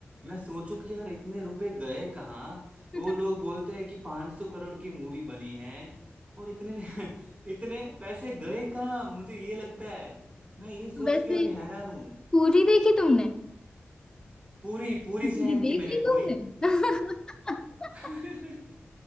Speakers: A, on the right; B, on the left.
A: मैं सोचू कि यार इतने रुपए गए कहाँ
B: <laughs>
A: वो लोग बोलते हैं कि 500 करोड़ की मूवी बनी है और इतने <laughs> इतने पैसे गए कहाँ मुझे ये लगता है मैं ये सोच
B: वैसे
A: के अभी हैरान हूँ
B: पूरी देखी तुमने
A: पूरी पूरी सहन
B: पूरी देख
A: की मैंने
B: ली
A: पूरी
B: तुमने <laughs>
A: <laughs>